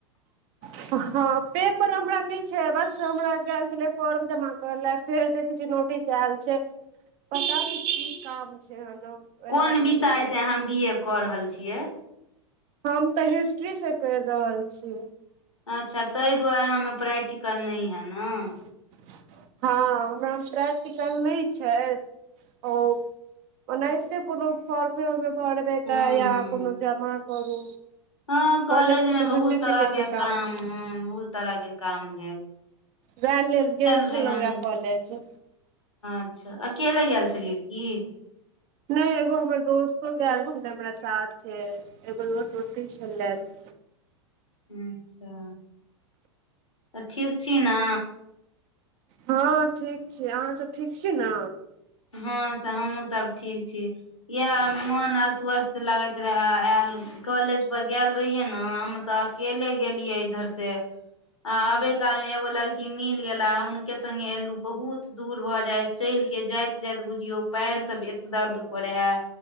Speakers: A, on the right; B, on the left.
A: हँ पेपर हमरा नय छै, बस हमरा गेलै छलै फॉर्म जमा करै लए, फेर देखै छियै, नोटिस आयल छै। पता ने की काम छै, ओएह
B: कोन विषय
A: मे जेतै
B: से अहाँ बी ए कऽ रहल छियै।
A: हम तऽ हिस्ट्री से कर रहल छी।
B: अच्छा ताहि दुआरे हमे प्रैक्टिकल नय हे न
A: ह <inaudible> हँ हमरा मे प्रैक्टिकल नय छै ओ ओनाहिते कोनो फार्म ओरमे देतय
B: हूँ
A: या
B: हूँ
A: कोनो जमा करू
B: हँ, कॉलेज
A: कॉलेजके
B: मे
A: तऽ
B: बहुत
A: बुझिते
B: तरह
A: छियै कते
B: के काम
A: रहै
B: ह बहुत तरह के काम है।
A: वैहय लेल गेल
B: रहे
A: छलहुँ वएह
B: नय तऽ
A: कॉलेज
B: अच्छा, अकेले गेलै छलियै की?
A: नय एगो हमर दोस्तो गेल छलै हमरा साथे एगो दोस्त ओतै छलैथ।
B: अच्छा, तऽ ठीक छी ने?
A: हँ ठीक छी अहाँसभ ठीक छी ने
B: हँं से हमहुँ सब ठीक छी इएह मोन अस्वस्थ लगैत रहय आयल कॉलेज पर गेल रहिये न हम तऽ अकेले गेलियै इधर से आबे काल मे एगो लड़की मिल गेला हुनके संगे एलु बहुत दूर भऽ जायत चलि के जाइत जाइत बुझियौ पैर सब एत दर्द करे हे